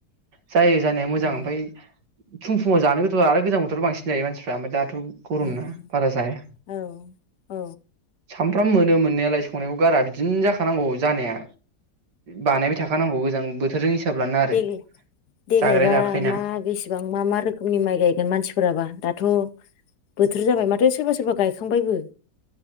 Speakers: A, on the right; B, on the left.
A: जायो जानाया मोजां
B: उम
A: ओमफाय। फुं फुंआव जानो गोथाव आरो गोजां बोथोराव बांसिन जायो मानसिफ्रा आमफ्राय दा। दुब गरम
B: उम
A: ना बारा जाया
B: औ औ
A: सामफ्रो फ्राम मोनो मोननायालाय संनायखौ गारा बिदिनो जाखानांगौ जानाया। बानायबाय थाखानांगौ गोजां। बोथोरजों हिसाब लाना आरो
B: देग देग्लायबा
A: जाग्राया जाखायोना
B: मा बेसेबां मा मा रोखोमनि माइ गायगोन मानसिफोराबा दाथ' बोथोर जाबाय माथो सोरबा सोरबा गायखांबायबो।